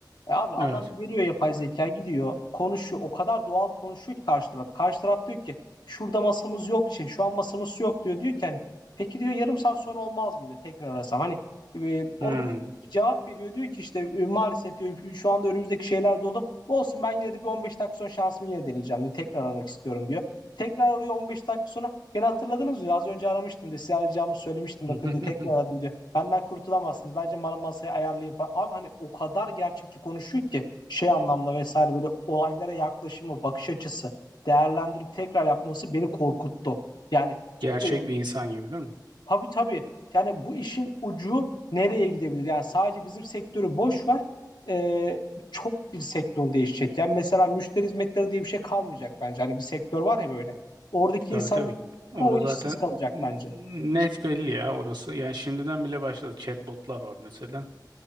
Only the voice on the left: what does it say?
E abi adam
veriyor yapay zeka gidiyor konuşuyor o kadar doğal konuşuyor ki karşı taraf. Karşı taraf diyor ki şurada masamız yok şey şu an masamız yok diyor. Diyor ki hani peki diyor yarım saat sonra olmaz mı diyor tekrar arasam. Hani e, o
diyor cevap veriyor diyor ki işte e, maalesef diyor şu anda önümüzdeki şeyler dolu. Olsun ben yine de bir 15 dakika sonra şansımı yine deneyeceğim diyor. Tekrar aramak istiyorum diyor. Tekrar arıyor 15 dakika sonra Beni hatırladınız mı? Az önce aramıştım diyor. Size arayacağımı söylemiştim
bakın diyor. Tekrar aradım diyor. Benden kurtulamazsınız. Bence bana masayı ayarlayın falan. Abi hani o kadar gerçekçi konuşuyor ki şey anlamda vesaire böyle olaylara yaklaşımı, bakış açısı değerlendirip tekrar yapması beni korkuttu. Yani
e,
Tabii tabii. Yani bu işin ucu nereye gidebilir? Yani sadece bizim sektörü boş ver. Ee, çok bir sektör değişecek. Yani mesela müşteri hizmetleri diye bir şey kalmayacak bence. Hani bir sektör var ya böyle. Oradaki
insanların
çoğu
işsiz kalacak
bence.